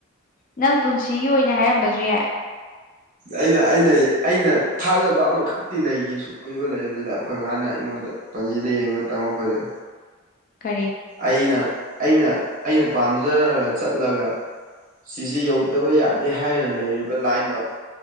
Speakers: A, on the left (about 40°); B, on the right (about 40°).
A: ꯅꯪ ꯄꯨꯟꯁꯤꯒꯤ ꯑꯣꯏꯅ ꯍꯥꯏꯔꯝꯕꯁꯨ ꯌꯥꯏ
B: ꯑꯩꯅ ꯑꯩꯅ ꯑꯩꯅ ꯊꯥꯖꯕ ꯑꯃꯈꯛꯇꯤ ꯂꯩꯒꯁꯨ ꯀꯨꯏꯕ ꯂꯩꯕꯁꯤꯗ ꯑꯩꯈꯣꯏ ꯃꯥꯅ ꯑꯩꯉꯣꯟꯗ ꯄꯟꯖꯤꯗ ꯌꯦꯡꯕ ꯇꯝꯃꯛꯄꯁꯦ
A: ꯀꯔꯤ
B: ꯑꯩꯅ ꯑꯩꯅ ꯑꯩꯅ ꯄꯥꯝꯖꯔꯒ ꯆꯠꯂꯒ ꯁꯤꯖꯦ ꯌꯧꯗꯕ ꯌꯥꯗꯦ ꯍꯥꯏꯅ ꯂꯩꯔꯤꯕ ꯂꯥꯏꯟꯗꯣ